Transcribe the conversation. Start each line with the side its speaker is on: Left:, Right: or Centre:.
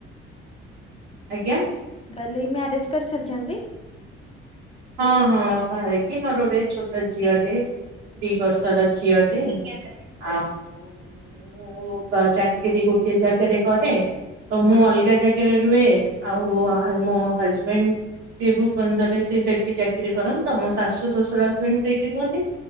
Left: <inaudible>
Right: ଆଜ୍ଞା
Left: କିହଲି ମ୳୲ କରି ସାରଛନ୍ତି।
Right: ହଁ ହଁ ବାହାହେଇକି ମୋର ଗୋଟେ ଛୋଟ ଝିଅଟେ ଦି ବର୍ଷର ଝିଅଟେ <inaudible> ଆଉ ମୁଁ ବା ଚାକିରୀ ଗୋଟେ ଜାଗାରେ କରେ। ତ ମୁଁ
Left: ହଁ
Right: ଅଲଗା ଜାଗାରେ ଆଉ ମୋ ହଜବେଣ୍ଡ ସିଏ ଭୁବନେଶ୍ବରରେ ସିଏ ସେଠି ସେଠି ଚାକିରି କରନ୍ତି ତ ମୋ ଶାଶୁ ଶ୍ୱଶୁରା ଆସି ସେଇଠି ରୁହନ୍ତି।